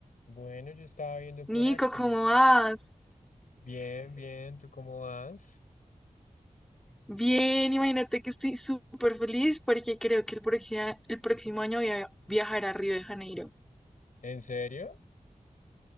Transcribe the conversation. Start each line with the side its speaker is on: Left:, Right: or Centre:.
Left: Bueno, yo estaba viendo por
Centre: Nico,
Left: aquí.
Centre: ¿cómo vas?
Left: Bien, bien, ¿tú cómo vas?
Centre: Bien, imagínate que estoy súper feliz porque creo que el próximo, el próximo año voy a viajar a Río de Janeiro.
Left: ¿En serio?